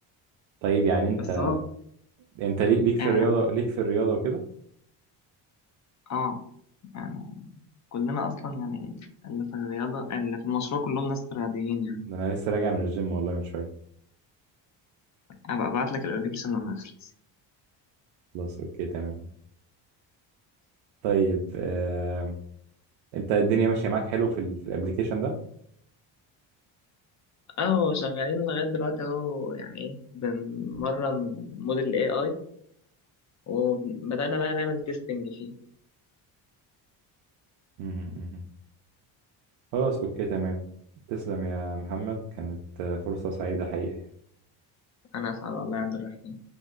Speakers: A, on the right; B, on the left.
A: طيب يعني انت
B: بس هو
A: انت ليك ليك في
B: آه,
A: الرياضة ليك في الرياضة وكده
B: آه يعني كلنا أصلا يعني اللي في الرياضة اللي في المشروع كلهم ناس رياضيين يعني
A: ده انا لسه راجع من الجيم والله من شوية
B: أبقى أبعت لك الأبلكيشن لما يخلص
A: خلاص اوكي تمام طيب آم، انت الدنيا ماشية معاك حلو في ال- في الابليكيشن ده
B: أهو شغالين لغاية دلوقتي أهو يعني إيه بنمرن موديل ال AI وبدأنا بقى نعمل تيستنج فيه
A: مهم. مهم. خلاص أوكي تمام تسلم يا محمد كانت آه، فرصة سعيدة الحقيقة
B: أنا أسعد والله يا عبد الرحيم